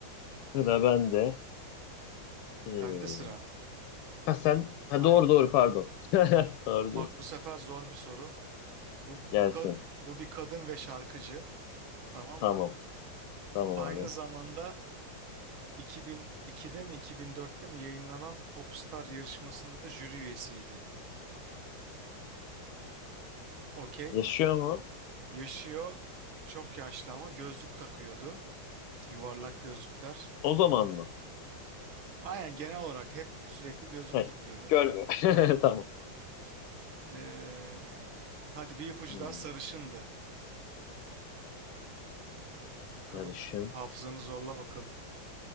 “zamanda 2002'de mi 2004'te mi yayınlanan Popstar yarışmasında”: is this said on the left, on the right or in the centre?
Right